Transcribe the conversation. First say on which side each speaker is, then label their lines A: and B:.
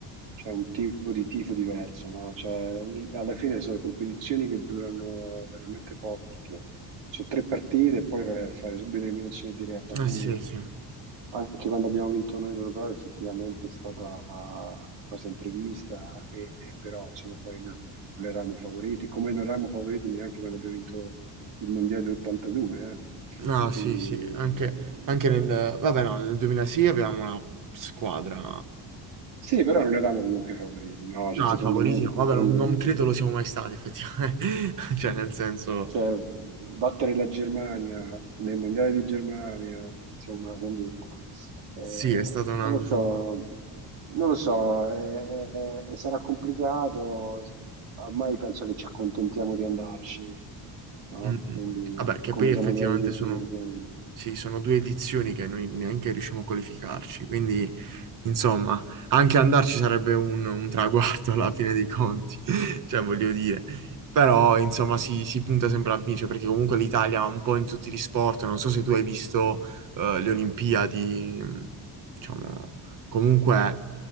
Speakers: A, on the right; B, on the right.
A: c'è un tipo di tifo diverso, no? Cioè, ogni- alla fine sono competizioni che durano veramente poco, perché sono tre partite e poi vai a fare subito eliminazione diretta, quindi
B: Eh sì, sì.
A: anche quando abbiamo vinto noi l'Europeo effettivamente è stata una cosa imprevista, e, e però insomma, poi non non eravamo favoriti, come non eravamo favoriti neanche quando abbiamo vinto il Mondiale del 82, eh?
B: No,
A: Quindi,
B: sì, sì, anche,
A: eh,
B: anche
A: cioè,
B: nel... Vabbè, no, nel 2000 sì avevamo una squadra...
A: Sì, però non eravamo comunque favoriti, no? Cioè,
B: No,
A: secondo
B: i favoriti
A: me se
B: no,
A: tu
B: vabbè,
A: prendi,
B: non, non credo lo siamo mai stati, effettivamente. <laughs> Cioè, nel senso,
A: cioè, battere la Germania nel mondiale di Germania, insomma, quindi, eh,
B: sì, è stata una
A: non lo
B: cosa...
A: so, non lo so, eh, eh, eh, sarà complicato, ormai penso che ci accontentiamo di andarci, no?
B: Mm, mm.
A: Quindi,
B: Vabbè, che
A: come
B: poi effettivamente
A: siamo andati agli ultimi
B: sono,
A: europei.
B: sì, sono due edizioni che noi neanche riusciamo a qualificarci, quindi Insomma, anche andarci sarebbe un, un traguardo alla fine dei conti, <laughs> cioè voglio dire, però insomma si, si punta sempre a vincere perché comunque l'Italia un po' in tutti gli sport, non so se tu hai visto eh, le Olimpiadi, mh, diciamo, comunque